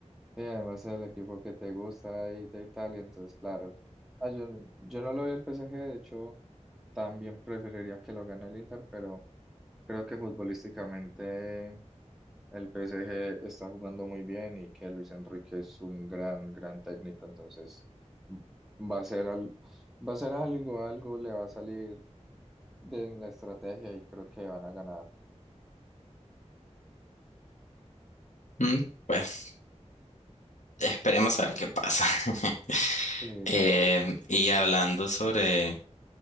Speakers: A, in the centre; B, on the left.
A: Sí, además es el equipo que te gusta ahí de Italia, entonces claro. Ah, yo, no- yo no lo veo al PSG, de hecho, también preferiría que lo gane el Inter, pero creo que futbolísticamente el PSG está jugando muy bien y que Luis Enrique es un gran, gran técnico, entonces m- va a ser al, va a ser algo, algo le va a salir de en la estrategia y creo que van a ganar.
B: Mm, pues esperemos a ver qué pasa. <laughs>
A: Sí.
B: Eh, y hablando sobre,